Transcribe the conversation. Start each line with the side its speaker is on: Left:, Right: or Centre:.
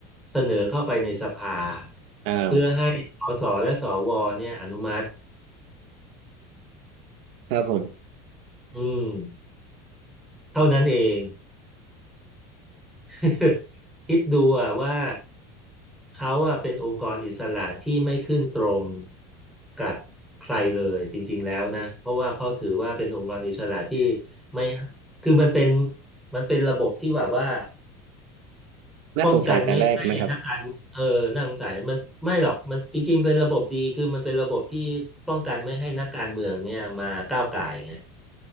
Centre: เสนอเข้าไปในสภา
Right: อ้าว
Centre: เพื่อให้สสและสวเนี่ยอนุมัติ
Right: ครับผม
Centre: อืมเท่านั้นเอง <laughs> คิดดูอ่ะว่าเขาอ่ะเป็นองค์กรอิสระที่ไม่ขึ้นตรงกับใครเลยจริงๆแล้วนะเพราะว่าเขาถือว่าเป็นองค์กรอิสระที่ไม่คือมันเป็นมันเป็นระบบที่แบบว่า
Right: น่าสงสัยแต่แรกไหมครับ
Centre: ป้องกันไม่ให้นักการเออน่าสงสัยมันไม่หรอกมันจริงๆเป็นระบบดีคือมันเป็นระบบที่ป้องกันไม่ให้นักการเมืองเนี่ยมาก้าวก่ายไง